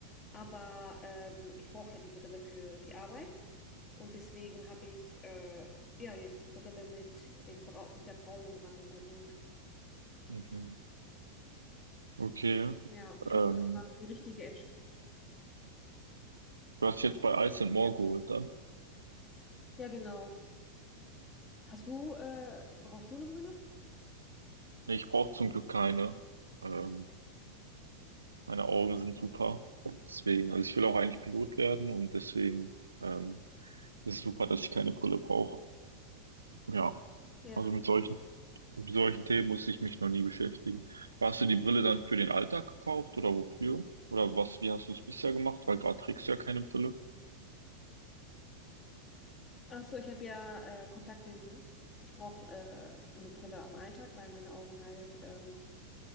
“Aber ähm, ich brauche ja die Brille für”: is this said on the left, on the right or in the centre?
Left